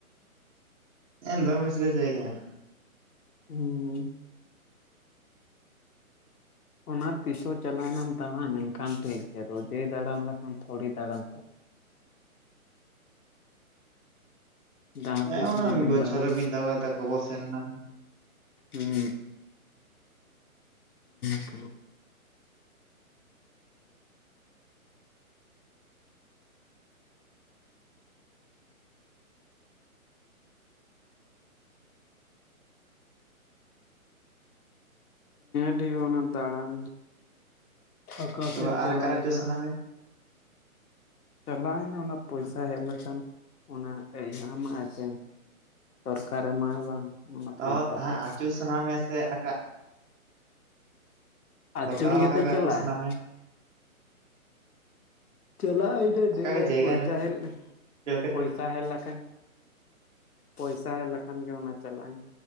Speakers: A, on the right; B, on the left.
A: ᱦᱮᱸ ᱫᱚᱢ ᱵᱮᱥ ᱵᱮᱥ ᱡᱟᱭᱜᱟ ᱦᱮᱱᱟᱜᱼᱟ
B: ᱦᱩᱸ ᱚᱱᱟ ᱛᱤᱥᱦ ᱪᱟᱞᱟᱣᱮᱱᱟᱢ ᱫᱟᱬᱟᱱ ᱮᱱᱠᱷᱟᱱ ᱴᱷᱤᱠ ᱜᱮᱭᱟ ᱨᱳᱚᱡᱟᱹᱭ ᱫᱟᱬᱟᱱ ᱞᱮᱠᱷᱟᱱ ᱛᱲᱤ ᱫᱟᱨᱟᱢ ᱡᱟᱦᱟᱸ
A: ᱦᱮᱸ
B: ᱛᱤᱥ
A: ᱚᱱᱟ
B: ᱢᱤᱫ ᱫᱤᱱ
A: ᱵᱚᱪᱚᱨᱮ
B: ᱫᱟᱬᱟᱱ
A: ᱢᱤᱫᱫᱷᱟ ᱵᱟᱨᱫᱟ ᱠᱚ ᱵᱚᱥ ᱱᱟ
B: ᱦᱮᱸ ᱦ ᱱᱮ ᱚᱱᱟ ᱫᱟᱬᱟᱱ ᱟᱠᱟᱥᱮᱫ
A: ᱛᱚᱵᱮ
B: ᱪᱟᱞᱟᱭᱼᱟ
A: ᱟᱨ ᱟᱠᱟᱨ ᱟᱹᱪᱩᱨ ᱥᱟᱱᱟ ᱢᱮ
B: ᱪᱟᱞᱟᱣᱱᱟ ᱚᱱᱟ ᱯᱚᱭᱥᱟ ᱦᱮᱡ ᱞᱮᱠᱷᱟᱱ ᱚᱱᱟ ᱮᱟᱢ ᱮ ᱥᱮ ᱥᱚᱨᱠᱟᱨ ᱮᱢᱟᱭ ᱵᱟᱝ ᱚᱱᱟ
A: ᱛᱚ
B: ᱯᱚᱭᱥᱟ
A: ᱛᱟᱦ
B: ᱛᱮ
A: ᱟᱹᱪᱩ ᱥᱟᱱᱟ ᱢᱮ ᱥᱮ ᱟᱠᱟ
B: ᱟᱹᱪᱩᱨ
A: ᱛᱚᱛᱟᱣ
B: ᱜᱮᱛᱚ
A: ᱟᱠᱟᱸᱠᱟ
B: ᱪᱟᱞᱟᱜ
A: ᱟᱹᱪᱩ ᱥᱟᱱᱟ
B: ᱟᱭ
A: ᱢᱮᱭᱟ
B: ᱪᱟᱞᱟᱜ ᱟᱭ ᱰ
A: ᱟᱠᱟᱜᱮ
B: ᱰᱮᱞᱟᱭ
A: ᱡᱟᱭᱜᱟ
B: ᱯᱚᱭᱥᱟ
A: ᱨᱮ
B: ᱦᱮᱡ
A: ᱪᱮᱫ ᱞᱮᱠᱟ
B: ᱯᱚᱭᱥᱟ
A: ᱪᱮᱫ ᱞᱮᱠᱟ
B: ᱦᱮᱡ ᱞᱮᱠᱷᱟᱱ ᱯᱚᱭᱥᱟ ᱦᱮᱡ ᱞᱮᱠᱷᱟᱱ ᱜᱮ ᱚᱱᱟ ᱪᱟᱞᱟᱜ ᱟᱭ